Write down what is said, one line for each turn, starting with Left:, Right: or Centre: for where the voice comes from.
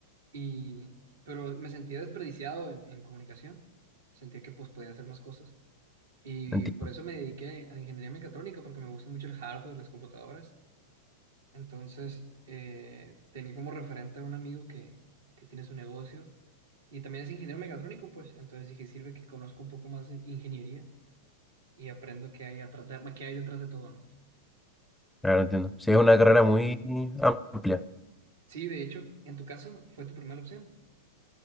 Right: Y, pero me sentía desperdiciado en, en comunicación. Sentía que pues podía hacer más cosas. Y
Centre: entiendo.
Right: por eso me dediqué a la ingeniería mecatrónica, porque me gusta mucho el hardware, las computadoras. Entonces, eh, tenía como referente a un amigo que, que tiene su negocio y también es ingeniero mecatrónico, pues. Entonces dije, sirve que conozco un poco más de ingeniería y aprendo qué hay atrás, de- qué hay detrás de todo, ¿no?
Centre: Claro, entiendo. Sí, es una carrera
Right: Y
Centre: muy amplia.
Right: sí, de hecho, en tu caso fue tu primera opción,